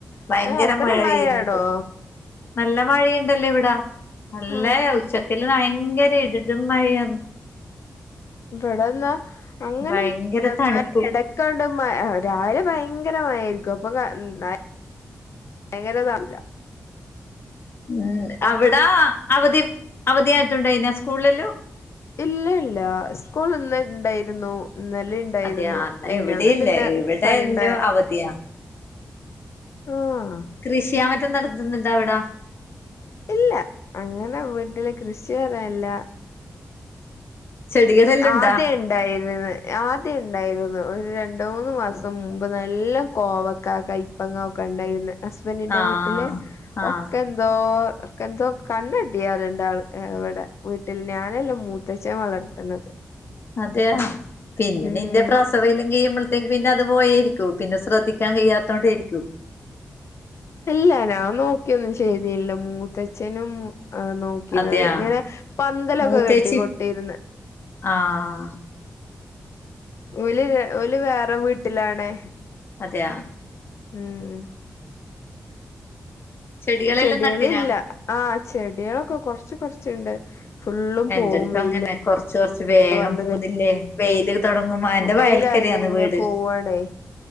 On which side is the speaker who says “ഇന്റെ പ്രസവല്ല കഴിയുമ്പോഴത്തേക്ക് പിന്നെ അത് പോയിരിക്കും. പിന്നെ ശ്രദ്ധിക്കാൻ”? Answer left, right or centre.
Left